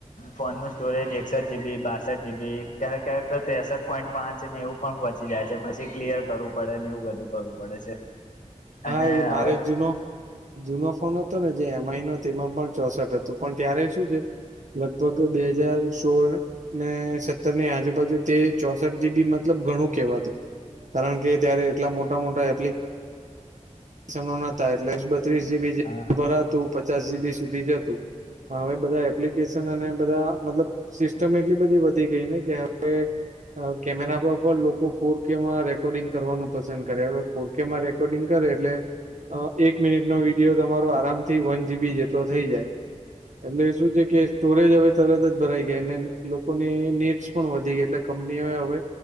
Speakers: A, on the left (about 85°); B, on the right (about 70°).
A: ફોનનું સ્ટોરેજ એકસઠ જીબી, બાસઠ જીબી ક્યારેક કક તો ત્રેસઠ પોઈન્ટ પાંચ ને એવું. પણ પહોંચી જાય છે, પછી કલિયર કરવું પડે ને, બધું કરવું પડે છે.
B: હા,
A: અને
B: એ મારે
A: હવે
B: જૂનો જૂનો ફોન હતો ને, જે એમ આઈ નો તેમાં પણ ચોસઠ હતો, પણ ત્યારે શું છે. લગભગ બે હજાર સોળ. ને સત્તર ની આજુબાજુ, તે ચોસઠ જીબી મતલબ ઘણું કેવાતું. કારણ કે ત્યારે એટલા મોટા મોટા એપ્લિ કેશન ન હતા, એટલે બત્રીસ જીબી. જે
A: હા.
B: પચાસ જીબી સુધી જ હતું, પણ હવે બધા એપ્લિકેશન અને બધા મતલબ સિસ્ટમ એટલી બધી વધી ગઈ ને, કે હવે કેમેરામાં પણ લોકો ફોરકે માં રેકોર્ડિંગ કરવાનું પસંદ કરે, હવે ફોરકે માં રેકોર્ડિંગ કરે. એટલે એક મિનિટ નો વિડીયો, તમારો આરામથી વન જીબી જેટલો થઈ જાય. એટલે શું છે કે, સ્ટોરેજ હવે તરત જ ભરાઈ જાય, અને લોકોને નીચ વધી ગઈ, એટલે કંપનીઓ હવે